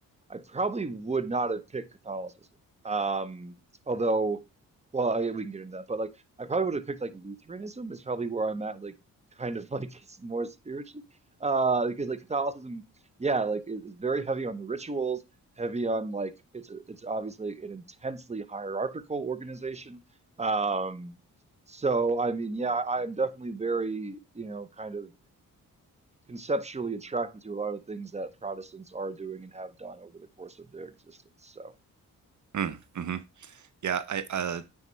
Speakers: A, on the right; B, on the right.
A: I probably would not have picked Catholicism. Um, although, well, I, we can get into that. But like, I probably would have picked like Lutheranism is probably where I'm at. Like, kind of <laughs> like it's more spiritually, uh, because like Catholicism, yeah, like it- it's very heavy on the rituals, heavy on like it's a, it's obviously an intensely hierarchical organization. Um, so I mean, yeah, I- I'm definitely very you know kind of conceptually attracted to a lot of the things that Protestants are doing and have done over the course of their existence. So,
B: Mm, hmm Yeah, I uh